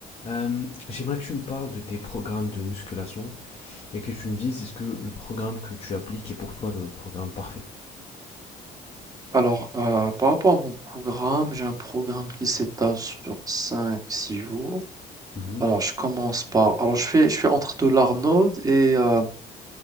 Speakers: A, on the left; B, on the right.
A: Euh, j'aimerais que tu me parles de tes programmes de musculation et que tu me dises est-ce que le programme que tu appliques est pour toi le programme parfait?
B: Alors, euh, par rapport à mon programme, j'ai un programme qui s'étale sur cinq six jours.
A: Mhm.
B: Alors, je commence par... Alors, je fais, je fais entre de l'Arnold et, euh,